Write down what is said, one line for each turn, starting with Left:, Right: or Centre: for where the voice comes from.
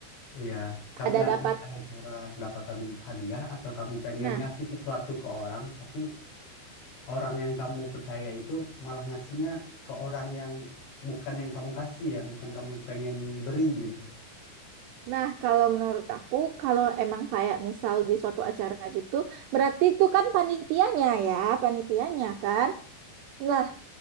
Left: Iya, kamu
Right: ada
Left: nah
Right: dapat
Left: ini ada cara kedapatan hadiah atau kamu pengen
Right: nah
Left: ngasih sesuatu ke orang tapi orang yang kamu percaya itu malah ngasihnya ke orang yang bukan yang kamu kasih yang bukan kamu pengen beri gitu.
Right: nah kalau menurut aku kalau emang kayak misal di suatu acara gitu berarti itu kan panitianya ya panitianya kan Nah,